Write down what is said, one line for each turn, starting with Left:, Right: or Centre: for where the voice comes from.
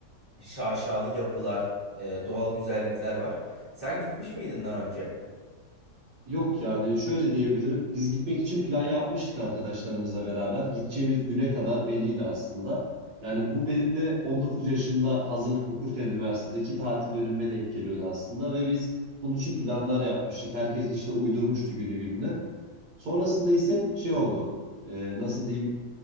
Left: şaşalı yapılar, e, doğal güzellikler var. Sen gitmiş miydin daha önce?
Right: Yok yani şöyle diyebilirim. Biz gitmek için plan yapmıştık arkadaşlarımızla beraber. Gideceğimiz güne kadar belliydi aslında. Yani bu benim de 19 yaşımda hazırlık okurken üniversitedeki tatil dönemime denk geliyordu aslında ve biz bunun için planlar yapmıştık. Herkes işte uydurmuştu günü gününe. Sonrasında ise şey oldu. Ee, nasıl diyeyim?